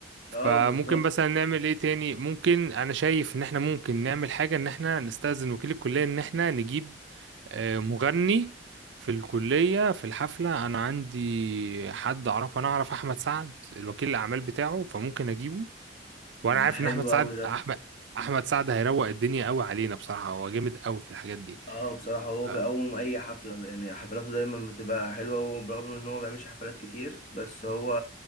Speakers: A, on the left (about 40°); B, on the right (about 65°).
A: اه
B: فممكن
A: بالظبط
B: مثلا نعمل ايه تاني ممكن انا شايف ان احنا ممكن نعمل حاجة ان احنا نستأذن وكيل الكلية ان احنا نجيب آه، مغني في الكلية في الحفلة أنا عندي حد أعرفه أنا أعرف أحمد سعد الوكيل الأعمال بتاعه فممكن أجيبه وأنا
A: طب
B: عارف
A: ده حلو
B: إن أحمد سعد
A: اوي ده
B: أحمد أحمد سعد هيروق الدنيا قوي علينا بصراحة هو جامد قوي في الحاجات دي
A: اه بصراحة هو
B: ف...
A: بيقوم أي حفلة يعني حفلاته دايما بتبقى حلوة وبرغم إن هو ما بيعملش حفلات كتير بس هو